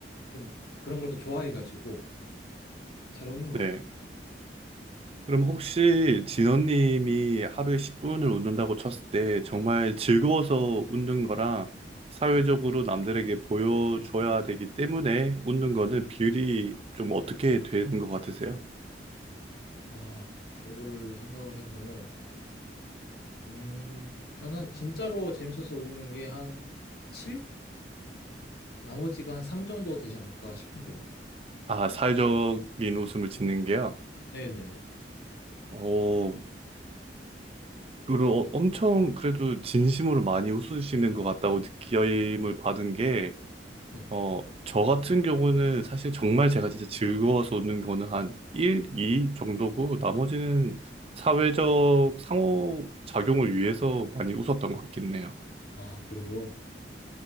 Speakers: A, on the left; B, on the right.
A: 좀 그런 걸 또 좋아해가지고 잘 웃는 것
B: 네.
A: 같아요. 저는.
B: 그럼 혹시 진원님이 하루에 10분을 웃는다고 쳤을 때 정말 즐거워서 웃는 거랑 사회적으로 남들에게 보여줘야 되기 때문에 웃는 거는 비율이 좀 어떻게 되는 것 같으세요?
A: 아, 그거를 생각을 해보면, 음, 저는 진짜로 재밌어서 웃는 게 한 7? 나머지가 한 3 정도 되지 않을까 싶은데요.
B: 아, 사회적인 웃음을 짓는 게요?
A: 네네.
B: 어, 그리고 엄청 그래도 진심으로 많이 웃으시는 것 같다고 느낌을 받은 게
A: 네.
B: 어, 저 같은 경우는 사실 정말 제가 진짜 즐거워서 오는 거는 한 1, 2 정도고 나머지는 사회적 상호작용을 위해서 많이 웃었던 것 같긴 해요.
A: 아, 그래요?